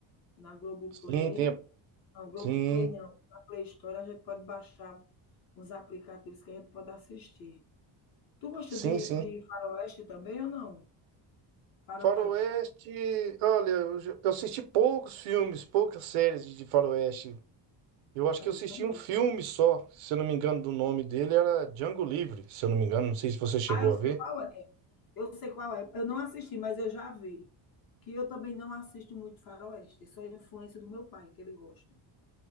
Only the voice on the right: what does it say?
Sim, tem. a-
Sim,
sim,
sim.
Faroeste, olha, eu, já- eu assisti poucos filmes, poucas séries de de Faroeste. Eu acho
que eu assisti
um filme só, se eu não me engano, do nome dele era Django Livre, se eu não me engano, não sei se você chegou
a
ver.